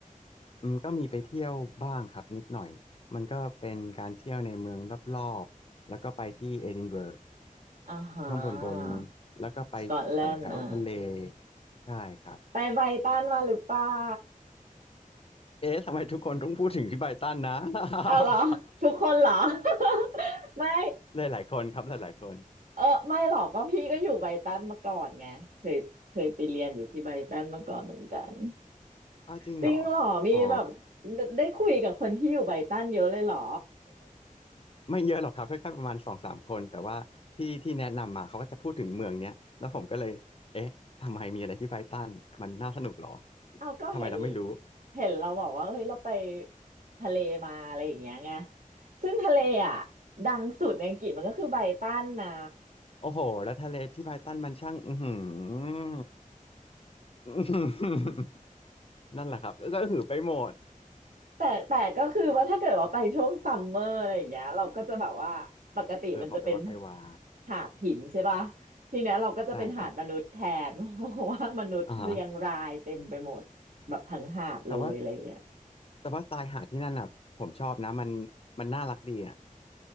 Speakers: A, on the left; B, on the right.
A: อืมก็มีไปเที่ยวบ้างครับนิดหน่อยมันก็เป็นการเที่ยวในเมืองรอบๆแล้วก็ไปที่เอดินบะระ
B: อ่าฮะ
A: ข้างบนบนแล้วก็ไปแถวแถวทะเล
B: สกอตแลนด์อ่า
A: ใช่ครับ
B: ไปไบรตันมาหรือเปล่า
A: เอ๊ะทำไมทุกคนต้องพูดถึงพี่ไบตันนะ <laughs>
B: เอาเหรอทุกคนเหรอ <laughs> ไม่
A: หลายๆคนครับหลายๆคน
B: เออไม่หรอกก็พี่ก็อยู่ไบรตันมาก่อนไงเคยเคยไปเรียนอยู่ที่ไบรตันมาก่อนเหมือนกัน
A: อ้าวจริงเหรอ
B: จริงเหรอมีแบบ
A: อ๋อ
B: ได้ได้คุยกับคนที่อยู่ไบรตันเยอะเลยเหรอ
A: ไม่เยอะหรอกครับแค่ประมาณสองสามคนแต่ว่าที่ที่แนะนำมาเขาก็จะพูดถึงเมืองเนี้ยแล้วผมก็เลยเอ๊ะทำไมมีอะไรที่ไบรตันมันน่าสนุกเหรอ
B: <laughs> เอาก็เห็น
A: ทำไมเราไม่รู้
B: เห็นเราบอกว่าเฮ้ยเราไปทะเลมาอะไรอย่างเงี้ยไงซึ่งทะเลอ่ะดังสุดในอังกฤษมันก็คือไบรตันนะ
A: โอ้โหแล้วทะเลที่ไบรตันมันช่างอือหืออื้อหือ <laughs> นั่นแหละครับก็ก็หือไปหมด
B: แต่แต่ก็คือว่าถ้าเกิดว่าไปช่วงซัมเมอร์อะไรอย่างเงี้ยเราก็จะแบบว่าปกติมันจะเป็น
A: เออพอไปวัดไปวา
B: หาดหินใช่ป่ะทีเนี้ยเราก็จะเป็นหาดมนุษย์แทน
A: ใช่ครับ
B: <laughs> เพราะว่ามนุษย์เรียงรายเต็มไปหมดแบบทั้งหาดเลยอะไรอย่างเงี้ย
A: อ่าฮะแต่ว่า แต่ว่าทรายหาดที่นั่นอ่ะผมชอบนะมันมันน่ารักดีอ่ะ